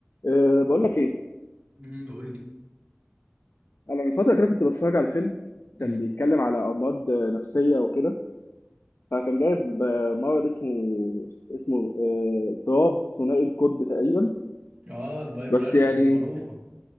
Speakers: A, on the left; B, on the right.
A: أه بقول لك ايه
B: امم قول لي
A: انا من فتره كده كنت بتفرج على فيلم
B: امم
A: كان بيتكلم على امراض آه، نفسيه وكده فكان جايب آه، مرض اسمه اسمه آه، اضطراب ثنائي القطب تقريبا
B: اه البايبولاريتي
A: بس يعني
B: معروفة